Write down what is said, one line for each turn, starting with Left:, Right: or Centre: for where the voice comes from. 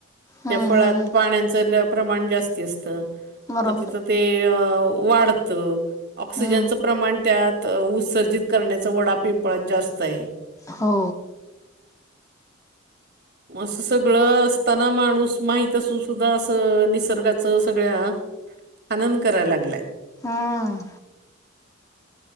Left: हम्म
Right: त्या फळांत
Left: हम्म
Right: पाण्याचं प्रमाण जास्ती असत
Left: बरोबर
Right: मग तिथं
Left: आहे.
Right: ते अ वाढतं. ऑक्सिजनचं
Left: हम्म
Right: प्रमाण त्यात उत्सर्जित करण्याचं वडा पिंपळात जास्त आहे.
Left: हो.
Right: असं सगळं असताना माणूस माहीत असून सुद्धा असं निसर्गाचं सगळ्या हनन करायला लागलाय.
Left: हम्म.